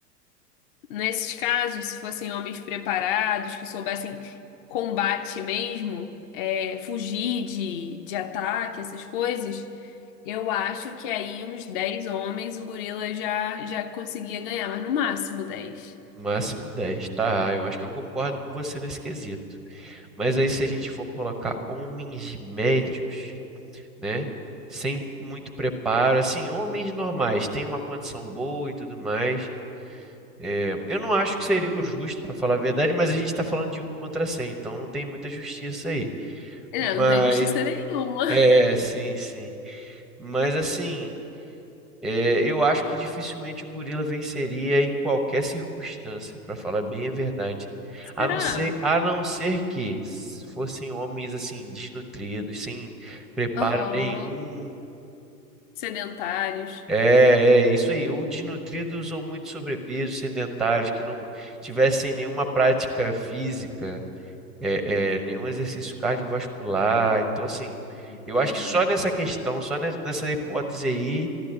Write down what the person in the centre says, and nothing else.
No máximo 10 tá? Eu acho que eu concordo com você nesse quesito. Mas aí se a gente for colocar homens médios, né? Sem muito preparo, assim, homens normais, têm uma condição boa e tudo mais. é, eu não acho que seria o justo, para falar a verdade, mas a gente está falando de um contra 100 então não tem muita justiça aí.
Mas,
é, sim, sim. Mas assim. É, eu acho que dificilmente o gorila venceria em qualquer circunstância, para falar bem a verdade.
A
não ser, a não ser que s- fossem homens assim, desnutridos, sem preparo
nenhum.
É, é isso aí, ou desnutridos ou muito sobrepeso, sedentários, que não tivessem nenhuma prática física, é, é, nenhum exercício cardiovascular. Então, assim, eu
acho que só nessa questão, só ne- nessa hipótese aí